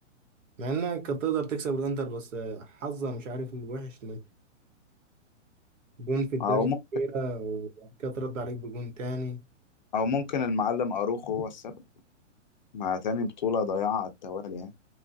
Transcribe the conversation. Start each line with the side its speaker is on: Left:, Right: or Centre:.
Right: مع انك كانت تقدر تكسب الانتر بس حظها مش عارف الوحش ليه جون في الدقيقه
Left: أو ممكن
Right: الاخيره وبعد كده ترد عليك بجون تاني
Left: أو ممكن المعلم أروخو هو السبب مع تاني بطولة ضايعة على التوالي يعني